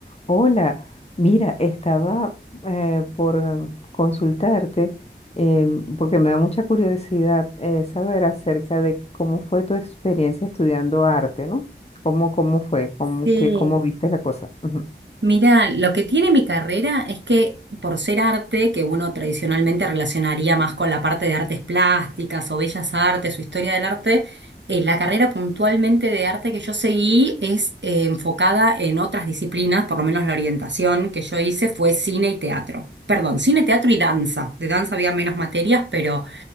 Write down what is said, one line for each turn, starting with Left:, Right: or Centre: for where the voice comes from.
Left: Hola, mira, estaba eh, por um, consultarte eh, porque me da mucha curiosidad eh, saber acerca de cómo fue tu experiencia estudiando arte, ¿no? ¿Cómo, cómo fue? ¿Cómo,
Right: Sí,
Left: que cómo viste la cosa? Ujú.
Right: mira, lo que tiene mi carrera es que por ser arte, que uno tradicionalmente relacionaría más con la parte de artes plásticas o bellas artes o historia del arte, eh, la carrera puntualmente de arte que yo seguí es eh, enfocada en otras disciplinas, por lo menos la orientación que yo hice fue cine y teatro. Perdón, cine, teatro y danza. De danza había menos materias, pero